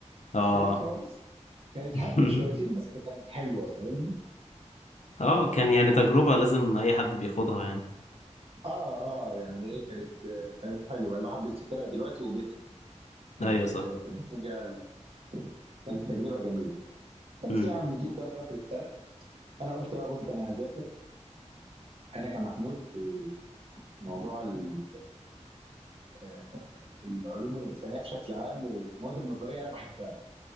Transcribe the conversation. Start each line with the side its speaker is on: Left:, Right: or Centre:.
Left: اه
Right: كانت كواليس كانت
Left: <laughs>
Right: هبله شويتين بس كانت حلوه فاهم
Left: اه كان يعني تجربة لازم اي حد بيخوضها يعني
Right: اه اه يعني إيه، كانت كانت حلوه الواحد بيفتكرها دلوقتي وبيضحك كانت
Left: ايوه صح
Right: كانت حاجه كانت تجربه جميله بس
Left: امم
Right: يا عم جيت بقى في اخر السنه انا قلت بقى بص انا هذاكر انا كمحمود آه، موضوع ال- آه، العلوم الانسانيه بشكل عام والمواد النظريه انا بحبها